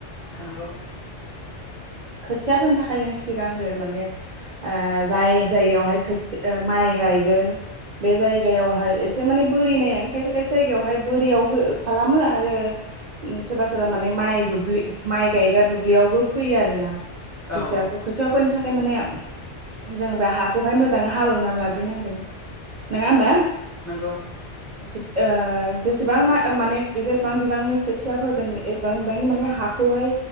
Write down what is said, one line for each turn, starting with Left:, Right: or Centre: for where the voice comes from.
Left: ओ नोंगौ।
Right: खोथिया फोनो थाखाय जों सिगांदो माने ओ जाय जायगायावहाय खोथि ओ माइ गायगोन बे जायगायावहाय एसे माने बोरि नायानो खायसे खायसे जायगायावहाय बोरियाव हो खालामो आरो उम सोरबा सोरबा माने माइ दुब्लि माइ गायग्रा दुब्लियावबो फ फैयो आरोना। खोथियाखौ
Left: औ औ
Right: खोथियाव फोनो था माने जोङो बे हाखौहाय मोजाङै हालेवनानै लाग्रोनांगोन नङा होमबा।
Left: नोंगौ।
Right: ओ खोथि ओ जेसेबां मा ओ माने जेसेबां बिबांनि खोथिया फोगोन एसेबां बिबांनि माने हाखौहाय